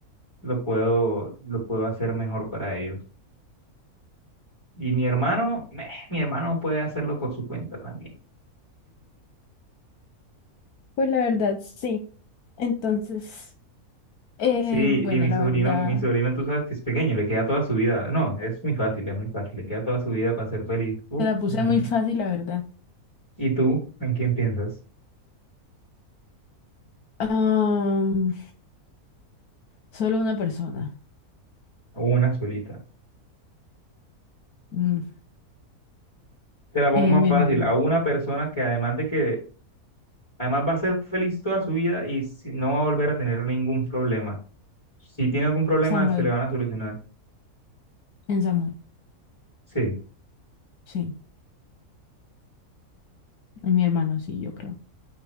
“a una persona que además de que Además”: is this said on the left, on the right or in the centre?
Left